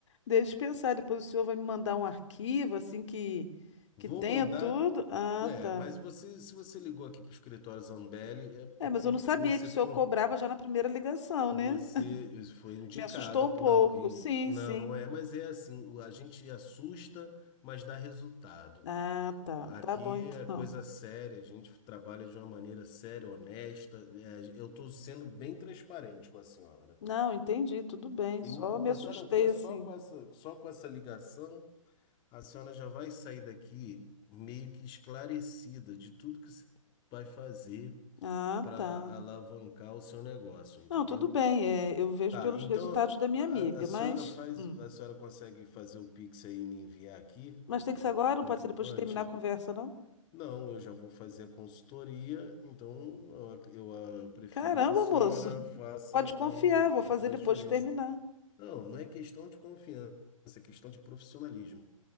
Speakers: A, on the left; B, on the left.
A: Deixa eu pensar, depois o senhor vai me mandar um arquivo assim que
B: Vou
A: que tenha
B: mandar.
A: tudo. Ah,
B: É,
A: tá.
B: mas você, se você ligou aqui para o escritório Zambelli, é porque
A: É, mas eu não sabia
B: você
A: que o senhor
B: foi,
A: cobrava já na primeira ligação,
B: você
A: né? <laughs>
B: foi indicada
A: Me assustou
B: por
A: um pouco.
B: alguém.
A: Sim,
B: Não
A: sim.
B: é, mas é assim, o- a gente assusta, mas dá resultado.
A: Ah, tá.
B: Aqui
A: Tá bom então.
B: é coisa
A: <laughs>
B: séria, a gente trabalha de uma maneira séria, honesta. É, eu estou sendo bem transparente com a senhora.
A: Não, entendi, tudo bem.
B: Eu,
A: Só me
B: o-
A: assustei
B: a senhora, com a-
A: assim.
B: só com essa, só com essa ligação, a senhora já vai sair daqui meio que esclarecida de tudo que você vai fazer
A: Ah,
B: para
A: tá.
B: alavancar o seu negócio, entendeu?
A: Não, tudo bem. É, eu vejo
B: Tá,
A: pelos
B: então
A: resultados da minha
B: a,
A: amiga,
B: a senhora
A: mas
B: faz,
A: hum.
B: a senhora consegue fazer o Pix aí e me enviar aqui
A: Mas
B: o,
A: tem que ser agora,
B: o comprovante?
A: não pode ser depois que terminar a conversa, não?
B: Não, eu já vou fazer a consultoria, então eu, ac- eu, ah, eu prefiro
A: Caramba,
B: que a senhora
A: moço.
B: faça
A: Pode
B: a,
A: confiar,
B: o-
A: vou fazer
B: a transferência.
A: depois que terminar.
B: Não, não é questão de confiança, é questão de profissionalismo.